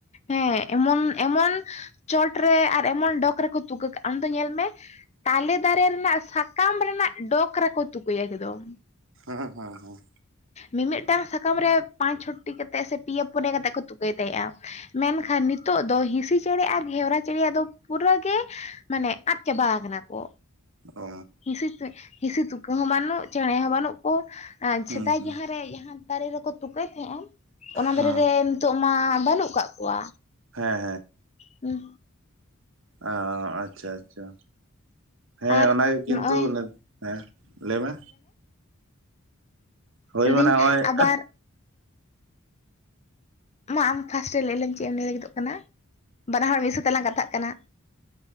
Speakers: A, on the left; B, on the right.
A: ᱦᱮᱸ ᱮᱢᱚᱱ ᱮᱢᱚᱱ ᱪᱚᱴ ᱨᱮ ᱟᱨ ᱮᱢᱚᱱ ᱰᱚᱠᱽ ᱨᱮᱠᱚ ᱛᱩᱠᱟᱹ ᱠᱟᱜᱼᱟ ᱟᱢ ᱫᱚ ᱧᱮᱞ ᱢᱮ ᱛᱟᱞᱮ ᱫᱟᱨᱮ ᱨᱮᱱᱟᱜ ᱥᱟᱠᱟᱢ ᱨᱮᱱᱟᱜ ᱰᱚᱠ ᱨᱮᱠᱚ ᱛᱩᱠᱟᱹᱭᱟ ᱮᱠᱫᱚᱢ
B: ᱦᱮᱸ ᱦᱩᱸ ᱦᱩᱸ
A: ᱢᱤᱼᱢᱤᱜᱴᱟᱝ ᱥᱟᱠᱟᱢ ᱨᱮ ᱯᱟᱸᱪ ᱪᱷᱚᱴᱤ ᱠᱟᱛᱮᱜ ᱥᱮ ᱯᱤᱭᱮ ᱯᱚᱱᱮᱭᱟ ᱠᱟᱛᱮᱜ ᱠᱚ ᱛᱩᱠᱟᱹᱭ ᱛᱟᱦᱮᱸᱜᱼᱟ ᱢᱮᱱᱠᱷᱟᱱ ᱱᱤᱛᱚᱜ ᱫᱚ ᱦᱤᱸᱥᱤ ᱪᱮᱬᱮ ᱟᱨ ᱜᱷᱮᱣᱨᱟ ᱪᱮᱬᱮᱭᱟᱜ ᱫᱚ ᱯᱩᱨᱟᱹ ᱜᱮ ᱢᱟᱱᱮ ᱟᱫ ᱪᱟᱵᱟᱣ ᱠᱟᱱᱟ ᱠᱚ
B: ᱚ
A: ᱦᱤᱸᱥᱤ ᱛᱮᱜ ᱦᱤᱸᱥᱤ ᱛᱩᱠᱟᱹ ᱦᱚᱸ ᱵᱟᱹᱱᱩᱜ ᱪᱮᱬᱮ ᱦᱚᱸ ᱵᱟᱹᱱᱩᱜ ᱠᱚ ᱟᱨ
B: ᱦᱩᱸ
A: ᱥᱮᱫᱟᱭ
B: ᱦᱩᱸ
A: ᱡᱟᱦᱟᱸᱨᱮ ᱡᱟᱦᱟᱸ ᱫᱟᱨᱮ ᱨᱮᱠᱚ ᱛᱩᱠᱟᱹᱭ ᱛᱟᱦᱮᱸᱜᱼᱟ ᱚᱱᱟ
B: ᱦᱮᱸ
A: ᱫᱟᱨᱮ ᱨᱮ ᱱᱤᱛᱚᱜ ᱢᱟ ᱵᱟᱹᱱᱩᱜ ᱠᱟᱜ ᱠᱚᱣᱟ
B: ᱦᱮᱸ
A: ᱦᱩᱸ
B: ᱚ ᱟᱪᱪᱷᱟ ᱟᱪᱪᱷᱟ ᱦᱮᱸ
A: ᱟᱨ
B: ᱚᱱᱟᱜᱮ ᱠᱤᱱᱛᱩ
A: ᱱᱚᱜᱼᱚᱭ
B: ᱦᱮᱸ ᱞᱮᱭ ᱢᱮ ᱦᱳᱭ
A: ᱞᱟᱹᱭᱫᱟᱹᱧ
B: ᱢᱟᱱᱮ ᱦᱚᱜᱼᱚᱭ
A: ᱟᱵᱟᱨ ᱢᱟ ᱟᱢ ᱯᱷᱟᱥᱴᱮ ᱞᱮᱭᱞᱮᱢ ᱪᱮᱜ ᱮᱢ ᱞᱮᱭ ᱞᱟᱹᱜᱤᱫᱚᱜ ᱠᱟᱱᱟ ᱵᱟᱱᱟ ᱦᱚᱲ ᱢᱤᱫ ᱥᱟᱛᱮᱜ ᱞᱟᱝ ᱜᱟᱛᱟᱜ ᱠᱟᱱᱟ